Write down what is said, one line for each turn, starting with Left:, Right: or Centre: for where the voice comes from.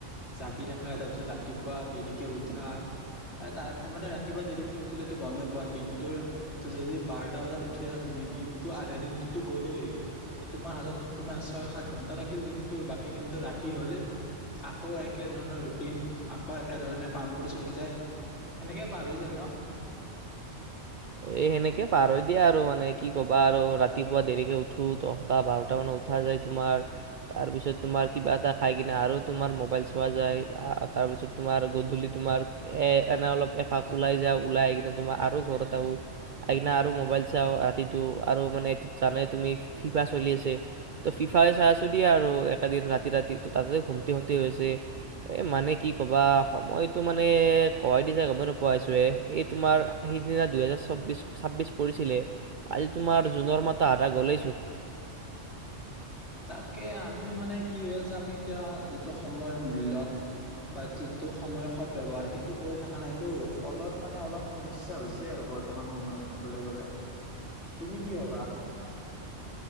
Left: জাগি থকা তাৰপিছত ৰাতি দেৰিকে উঠা তাৰ মানে ৰাতিপুৱা দেৰিকে উঠিলেতো গমেই পোৱা দিনটোৰ যদি বাৰটা বজাত উঠিছা তুমি দিনতটো আধা দিনটোতো গ'লেই, ত তোমাৰ হাতত কিমান ছয়-সাত ঘন্টা থাকিল দিনটোৰ বাকী খিনো ৰাতি হলে আকৌ একে ধৰণৰ ৰুটিন আকৌ একেধৰণে কামবোৰ চলি যায়, সেনেকেই পাৰ হৈ যায় ন?
Right: এ সেনেকে পাৰ হৈ দিয়া আৰু মানে কি ক'বা আৰু ৰাতিপুৱা দেৰিকে উঠো, দহটা-বাৰটা মানত উঠা যায়, তোমাৰ তাৰপিছত তোমাৰ কিবা এটা খাই কিনে আৰু তোমাৰ মোবাইল চোৱা যায়। তাৰপিছত তোমাৰ গধূলি তোমাৰ এ এনে অলপ এপাক ওলাই যা ওলাই কিনে তোমাৰ আৰু ঘৰত আদিনা আৰু মোবাইল চা। ৰাতিটো আৰু মানে জানে তুমি ফিফা চলি আছে ত ফিফাই চাই আছো দিয়া আৰু একেদিন ৰাতি-ৰাতি ত তাতে ঘুমটি ফূ্ত হৈছে এ মানে কি কবা সময়তটো মানে কাই দিছা গমেই নোপাইছো এ এই তোমাৰ সিদিনা দুইহেজাৰ চৌ্বিশ-ছাব্বিছ পৰিছিলে আজি তোমাৰ জুনৰ মাহ তো আধা গলেইছোন।
Left: তাকে আমি মানে কি হৈ আছে, আমি এতিয়া যিটো সময়ৰ মূল্য বা যিটো সময়ৰ সদ ব্যৱহাৰ, সেইটো কৰি থকা নাইটো। ফলত মানে অলপ সমস্যা হৈছে আৰু বৰ্তমান সময়ত ক'বলৈ গ'লে। তুমি কি ভাবা?